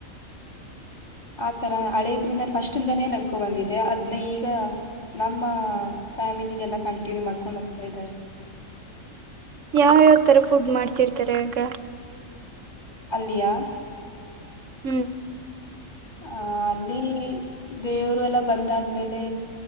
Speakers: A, on the left; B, on the right.
A: ಆತರ ಹಳೇದ್ರಿಂದ ಫಸ್ಟ್ಿಂದಾನೇ ನಡ್ಕೋ ಬಂದಿದೆ ಅದ್ನ್ನ ಈಗ ನಮ್ಮ ಫ್ಯಾಮಿಲಿ ಎಲ್ಲ ಕಂಟಿನ್ಯೂ ಮಾಡ್ಕೊಂಡ್ ಹೋಗ್ತಾ ಇದಾರೆ.
B: ಯಾವ ಯಾವ. ತರ ಫುಡ್ ಮಾಡ್ತಿರ್ತಾರೆ ಅಕ್ಕ.
A: ಅಲ್ಲಿಯ.
B: ಹ್ಮ್.
A: ಅ ಅಲ್ಲಿ ದೇವರು ಎಲ್ಲ ಬಂದಾದ್ಮೇಲೆ.